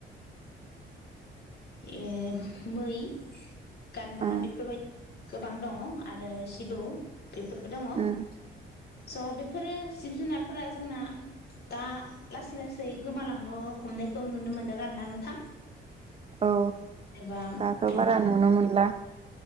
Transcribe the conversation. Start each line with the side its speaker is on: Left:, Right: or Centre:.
Left: <unintelligible> ए मै गान्दा
Right: ओं
Left: बेफोरबायद गोबां दङ आरो सिबौ बेफोरबो दङ। स'
Right: उम
Left: बेफोरो जिब जुनारफोरा जोंना दा लासै लासै गोमालांनो हमनायखौ नुनो मोनदों आरो ना नोंथां।
Right: औ
Left: जेनेबा
Right: दाथ'
Left: बेखौ
Right: बारा नुनो मोनला।